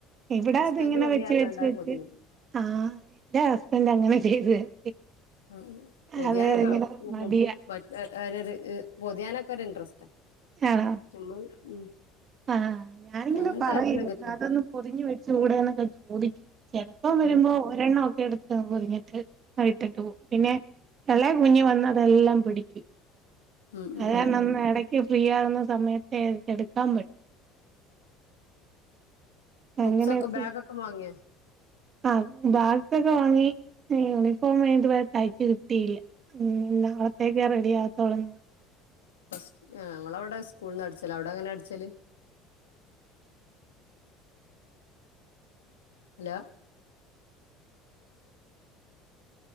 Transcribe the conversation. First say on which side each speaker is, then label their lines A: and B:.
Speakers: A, on the right (about 45°); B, on the left (about 85°).
A: ഇവിടെ
B: ഹസ്ബൻഡ്
A: അത്ങ്ങനെ
B: പൊതി
A: വെച്ച്
B: പറഞ്ഞാണ്ട്
A: വെച്ച്
B: അത് പൊതിഞ്ഞ്
A: ആഹ് ഇന്റെ ഹസ്ബന്റ് അങ്ങനെ ചെയ്ത് തരും
B: ഉം പൊതിയാനൊക്കെ
A: അത് ഇങ്ങനെ
B: അവ്ട്
A: മടിയാ
B: ഉം ആരോര് ഹ് പൊതിയാനൊക്കെ ഒരു ഇൻട്രസ്റ്റാ
A: ആഹ്
B: നമ്മള് ഉം
A: ആഹ് ഞാനിങ്ങനെ
B: അങ്ങനത്തെ
A: പറയും
B: കാര്യത്തിനൊക്കെ ഉം
A: അതൊന്ന് പൊതിഞ് വെച്ചുടെന്നൊക്കെ ചോദി എപ്പം വരുമ്പോ
B: ഉം
A: ഒരെണ്ണം ഒക്കെ എട് പൊതിഞ്ഞിട്ട് ഇട്ടിട്ട് പോവും പിന്നെ എളെ കുഞ്ഞ് വന്ന് അതെല്ലാം പിടിക്കും
B: ഉം
A: അത്
B: ഉം
A: കാരണം
B: ഉം ഉം
A: എടക്ക് ഫ്രീ ആകുന്ന സമയത്തേ എടുക്കാൻ പറ്റു
B: ബുക്സൊക്കെ
A: അങ്ങനെ വെച്ച്
B: ബേഗ്ക്കെ വാങ്യൊ?
A: ആഹ് ബാഗ്ക്കെ വാങ്ങി യൂണിഫോം ഇത് വരെ തയ്ച്ചു കിട്ടിയില്ല ഉം നാളത്തേക്കാ റെഡി ആവത്തോളെന്ന്
B: ഫസ് ഞങ്ങളെ ഇവിടെ സ്കൂൾന്ന് അട്ച്ചലാ അവിടെ എങ്ങനെ അടിച്ചല്? Hello